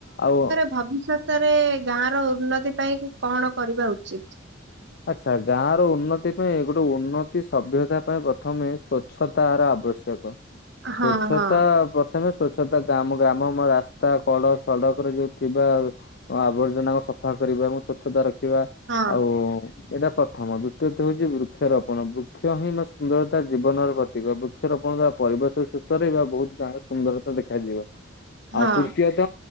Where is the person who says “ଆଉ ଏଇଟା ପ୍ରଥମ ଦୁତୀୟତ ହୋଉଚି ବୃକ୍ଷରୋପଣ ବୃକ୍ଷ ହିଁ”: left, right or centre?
Left